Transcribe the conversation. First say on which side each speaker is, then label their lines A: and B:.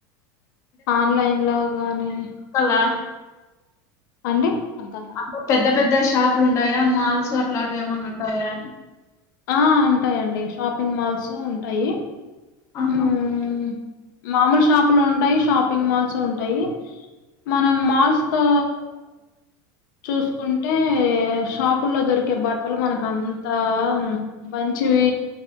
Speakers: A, on the left; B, on the left.
A: ఆన్లైన్ లో గాని
B: హాల్లో
A: అండి అర్థం కాలే
B: అంటే పెద్ద పెద్ద షాపులు ఉంటాయా మాల్స్ అట్లాంటివి ఏమన్నా ఉంటాయా
A: ఆ ఉంటాయండి షాపింగ్ మాల్స్ ఉంటాయి
B: అహ
A: మ్మ్ మామూలు షాపులు ఉంటాయి షాపింగ్ మాల్స్ ఉంటాయి మనం మాల్స్ తో చూసుకుంటే షాపుల్లో దొరికే బట్టలు మనకు అంతా మంచివి